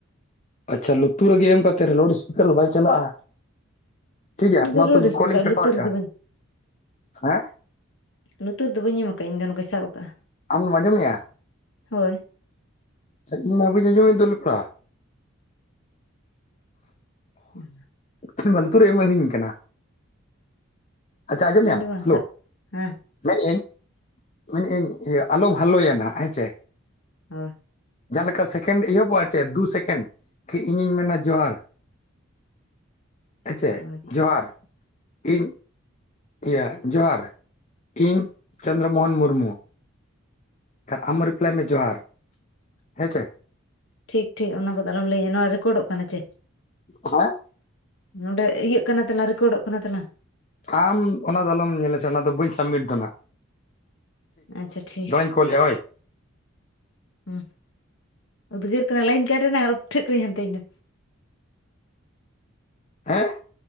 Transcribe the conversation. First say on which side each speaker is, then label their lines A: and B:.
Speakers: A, on the left; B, on the left.
A: ᱟᱪᱪᱷᱟ ᱞᱩᱛᱩᱨ ᱨᱮᱜᱮ ᱮᱢ ᱠᱟᱛᱮᱫ ᱞᱳᱰ ᱥᱯᱤᱠᱟᱨ ᱫᱚ ᱵᱟᱭ ᱪᱟᱞᱟᱜ-ᱟ ᱴᱷᱤᱠ ᱜᱮᱭᱟ
B: ᱤᱧ
A: ᱱᱚᱣᱟ
B: ᱫᱚ ᱞᱳᱰ
A: ᱛᱚᱵᱮ
B: ᱥᱯᱤᱠᱟᱨ
A: ᱠᱚᱞ ᱤᱧ ᱠᱟᱴᱟᱣᱮᱫ-ᱟ
B: ᱞᱩᱛᱩᱨ ᱨᱮᱫᱚ ᱵᱟᱹᱧ
A: ᱦᱮᱸ
B: ᱞᱩᱛᱩᱨ ᱫᱚ ᱵᱟᱹᱧ ᱮᱢ ᱟᱠᱟᱜ-ᱟ ᱤᱧᱫᱚ ᱱᱚᱠᱟᱧ ᱥᱟᱵ ᱟᱠᱟᱜ-ᱟ
A: ᱟᱢ ᱫᱚᱢ ᱟᱸᱡᱚᱢᱮᱫ-ᱟ
B: ᱦᱳᱭ
A: ᱤᱧ ᱢᱟ ᱵᱟᱹᱧ ᱟᱸᱡᱚᱢᱮᱫ ᱫᱚ ᱞᱮᱯᱲᱟ
B: <inaudible>
A: ᱤᱧ ᱢᱟ ᱞᱩᱛᱩᱨ ᱨᱮᱜᱮ ᱵᱟᱝ ᱦᱮᱡ ᱤᱧ ᱠᱟᱱᱟ ᱟᱪᱪᱷᱟ ᱟᱸᱡᱚᱢ ᱢᱮᱟᱢ
B: ᱤᱧ ᱫᱚ ᱵᱟᱝ
A: ᱦᱮᱞᱳ
B: ᱥᱟᱵ ᱦᱮᱸ
A: ᱢᱮᱱᱮᱟᱹᱧ ᱢᱮᱱᱮᱟᱹᱧ ᱤᱭᱟᱹ ᱟᱞᱚᱢ ᱦᱟᱞᱚᱭᱟ ᱱᱟᱦᱟᱜ ᱦᱮᱸᱪᱮ
B: ᱦᱳᱭ
A: ᱡᱟᱦᱟᱸ ᱞᱮᱠᱟ ᱥᱮᱠᱮᱱᱰ ᱮᱦᱚᱵᱚᱜ-ᱟ ᱪᱮ ᱫᱩ ᱥᱮᱠᱮᱱᱰ ᱤᱧᱤᱧ ᱢᱮᱱᱟ ᱡᱚᱦᱟᱨ ᱦᱮᱸᱪᱮ
B: ᱦᱳᱭ ᱴᱷᱤᱠ
A: ᱡᱚᱦᱟᱨ ᱤᱧ ᱤᱭᱟᱹ ᱡᱚᱦᱟᱨ ᱤᱧ ᱪᱚᱱᱫᱨᱚ ᱢᱳᱦᱚᱱ ᱢᱩᱨᱢᱩ ᱟᱢ ᱦᱚᱸ ᱨᱤᱯᱞᱟᱭ ᱢᱮ ᱡᱚᱦᱟᱨ ᱦᱮᱸ ᱪᱮ
B: ᱴᱷᱤᱠ ᱴᱷᱤᱠ ᱚᱱᱟ ᱠᱚᱫᱚ ᱟᱞᱚᱢ ᱞᱟᱹᱭ ᱟᱹᱧᱟᱹ ᱱᱚᱣᱟ ᱨᱮᱠᱚᱨᱰᱚᱜ ᱠᱟᱱᱟ ᱪᱮ
A: ᱦᱮᱸ
B: ᱱᱚᱸᱰᱮ ᱤᱭᱟᱹᱜ ᱠᱟᱱᱟ ᱛᱟᱞᱟᱝ ᱨᱮᱠᱚᱨᱰᱚᱜ ᱠᱟᱱᱟ ᱛᱟᱞᱟᱝ
A: ᱟᱢ ᱚᱱᱟ ᱫᱚ ᱟᱞᱚᱢ ᱧᱮᱞᱟ ᱥᱮ ᱚᱱᱟ ᱫᱚ ᱵᱟᱹᱧ ᱥᱟᱵᱢᱤᱴ ᱫᱚ ᱱᱟᱦᱟᱜ
B: ᱟᱪᱪᱷᱟ ᱴᱷᱤᱠ
A: ᱠᱚᱞᱮᱫᱼᱟ ᱦᱳᱭ
B: ᱦᱩᱸ ᱩᱫᱽᱜᱟᱹᱨ ᱠᱟᱱᱟ ᱞᱟᱭᱤᱱ ᱠᱟᱹᱨᱤ ᱱᱟᱦᱟᱜ ᱩᱴᱷᱟᱹᱜ ᱠᱟᱹᱱᱟᱹᱧ ᱦᱟᱱᱛᱮ ᱤᱧ ᱫᱚ᱾
A: ᱦᱮᱸ᱾